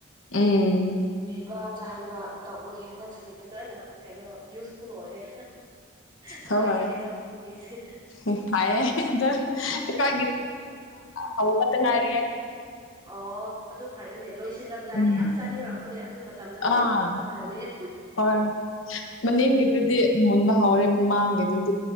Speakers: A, on the left; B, on the right.
A: ꯎꯝ
B: ꯄ ꯆꯥꯍꯟꯕ ꯇꯧꯕꯒꯤ ꯍꯟꯗꯛꯁꯤꯗꯤ ꯐꯖꯅ ꯀꯩꯅꯣ ꯌꯨꯁꯐꯨꯜ ꯑꯣꯏꯔꯦ ꯑꯩꯈꯣꯏꯒꯤ
A: ꯍꯣꯏ
B: ꯍꯩꯅꯧ ꯄꯥꯝꯕꯤꯁꯦ
A: ꯍ ꯑꯗꯨꯗꯀꯣꯏ ꯀ ꯍꯕ ꯉꯔꯦ
B: ꯑꯣ ꯑꯗꯨ ꯐꯔꯦꯅꯦ ꯂꯣꯏꯁꯤꯜꯔꯝꯗꯥꯏꯗꯤ
A: ꯎꯝ
B: ꯌꯥꯝ ꯆꯥꯅꯤꯡꯉꯛꯄꯅꯦ ꯑꯗꯨ ꯃꯇꯝꯗ ꯅꯣꯏ
A: ꯑꯥ
B: ꯆꯥꯔꯅꯤꯁ
A: ꯍꯣꯏ ꯃꯅꯤꯡꯒꯤꯗꯨꯗꯤ
B: ꯎꯝ
A: ꯃꯨꯟꯕ ꯍꯧꯥꯎꯔꯦ ꯃꯃꯥꯡꯒꯤꯗꯨꯗꯤ